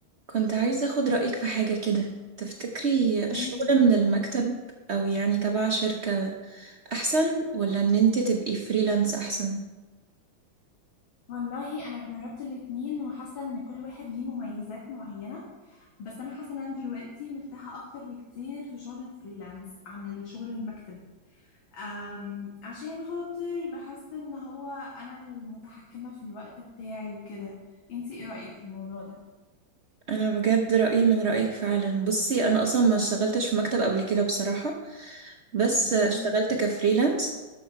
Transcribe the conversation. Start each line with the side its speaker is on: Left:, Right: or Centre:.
Right: كنت عايزة أخد رأيك في حاجة كده تفتكري الشغل
Left: قوليلي
Right: من المكتب أو يعني تبع شركة أحسن ولا إن أنت تبقي فريلانس أحسن؟
Left: والله انا جربت الاتنين وحاسه ان كل واحد ليه مميزات معينه بس انا حاسه ان انا دلوقتي مرتاحه اكتر بكتير في شغل الفريلانس عن الشغل المكتب أم عشان خاطر بحس ان هو انا المتحكمه في الوقت بتاعي وكده انتي ايه رايك في الموضوع ده
Right: أنا بجد رأيي من رأيك فعلا بصي أنا أصلا ما اشتغلتش في مكتب قبل كده بصراحة بس
Left: امم
Right: اشتغلت كفريلانس